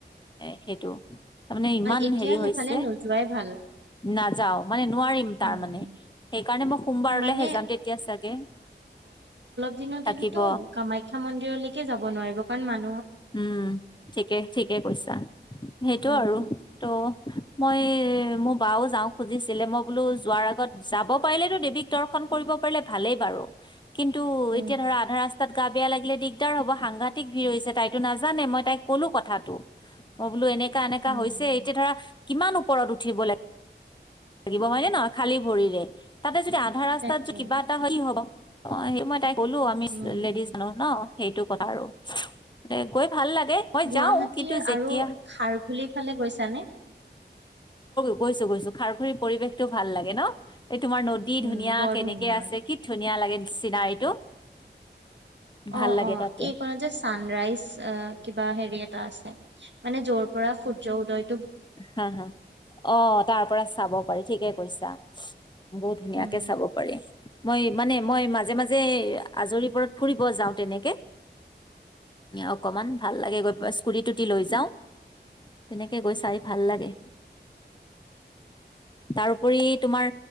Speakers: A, on the left; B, on the right.
A: এ সেইটো তাৰমানে ইমান
B: এতিয়া
A: হেৰি
B: সেইফালে
A: হৈছে
B: নোযোৱাই ভাল।
A: নাযাও। মানে নোৱাৰিম তাৰ
B: উম
A: মানে
B: উম।
A: সেইকাৰণে মই সোমবাৰলৈহে
B: মানে
A: যাম তেতিয়া চাগে।
B: দিনত
A: থাকিব
B: গলেটো কামাখ্যা মন্দিৰলৈকে যাব নোৱাৰিব। কাৰণ ম
A: উম ঠিকে ঠিকে কৈছা সেইটো
B: উম
A: আৰু ত'। মই মোৰ বাও যাওঁ খুজিছিলে। মই বোলো যোৱাৰ আগত যাব পাৰিলেতো দেৱীক দৰ্শন কৰিব পাৰে ভালেই বাৰু। কিন্তু
B: উম
A: এতিয়া ধৰা আধা ৰাস্তাত গা বেয়া লাগিলে দিগদাৰ হ'ব সাংঘাতিক ভিৰ হৈছে। তাইতো নাজানে মই তাইক কলো কথাটো মই বোলো এনেকা এনেকা
B: উম।
A: হৈছে। এতিয়া ধৰা কিমান ওপৰত উঠিব লাগে। লাগিব হয়নে নহয়? খালী ভৰিৰে তাতে যদি আধা ৰাস্তাত
B: তাকে।
A: যদি কিবা এটা হয় কি হব। অ সেই মই তাই ক'লো আমি
B: উম উম।
A: লেডিজ জানো ন সেইটো কথা আৰু ত গৈ ভাল লাগে মই
B: গুৱাহাটীৰ
A: যাও কিন্তু যেতিয়া
B: আৰু খাৰঘুলিৰ ফালে গৈছানে?
A: গৈছো গৈছো খাৰখৰীৰ পৰিৱেশটো ভাল লাগে ন? এই তোমাৰ নদী
B: উম
A: ধুনীয়া
B: বৰ
A: কেনেকে
B: ধুনীয়া।
A: আছে কি ধুনীয়া লাগে চিনাৰীটো। ভাল
B: অ
A: লাগে
B: অ
A: তাতে
B: এই কত যে ছানৰাইজ আহ কিবা হেৰি এটা আছে। মানে যৰ পৰা সূৰ্য উদয়।
A: হা হা অ তাৰ পৰা চাব পাৰি ঠিকে কৈছা। বহুত ধুনীয়াকে
B: উম
A: চাব পাৰি। মই মানে মই মাজে মাজে আজৰি পৰত ফুৰিব যাওঁ তেনেকে অকমান ভাল লাগে গৈ স্কুৰি তি লৈ যাও তেনেকে গৈ চাই। ভাল লাগে।
B: <inaudible>
A: তাৰোপৰি তোমাৰ